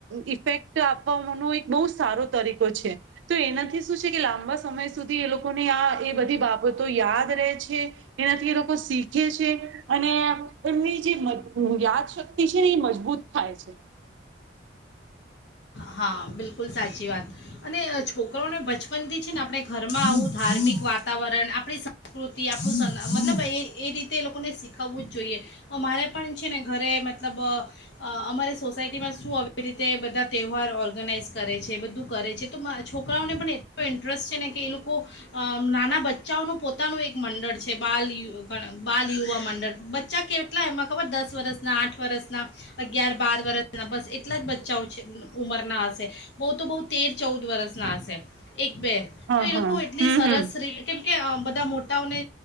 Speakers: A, on the right (about 80°); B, on the left (about 70°).
A: ઈફેક્ટ આપવાનો એક બહુ સારો તરીકો છે. તો એનાથી શું છે કે લાંબા સમય સુધી એ લોકોને આ એ બધી બાબતો યાદ રહે છે. એનાથી એ લોકો શીખે છે. અને એમની જે યાદ શક્તિ છે ને એ મજબૂત થાય છે.
B: હા બિલકુલ સાચી વાત. અને છોકરોને બચપનથી છે ને આપણે ઘરમાં આવું ધાર્મિક વાતાવરણ આપણે આપણી સંસ્કૃતિ આપણું મતલબ એ રીતે તે લોકોને શીખવવું જ જોઈએ મારે પણ છે ને ઘરે મતલબ અ અમારે સોસાયટીમાં શું આવી રીતે બધા તહેવાર ઓર્ગેનાઇઝ કરે છે એ બધું કરે છે તો છોકરાઓને પણ એટલો ઇન્ટરેસ્ટ છે ને કે એ લોકો અ નાના બચ્ચાઓનું પોતાનું એક મંડળ છે બાલ બાલ યુવા મંડળ બચ્ચા કે એટલા એમાં ખબર દસ વર્ષના આઠ વર્ષના અગિયાર બાર વર્ષના બસ એટલા જ બચ્ચાઓ છે. ઉંમરના હશે બહુ તો બહુ તેર ચૌદ વર્ષના હશે એક બે
A: હા
B: તો એ લોકો
A: હા
B: એટલી
A: હમ
B: સરસ
A: હમ
B: રીતે કેમ કે બધા મોટાઓને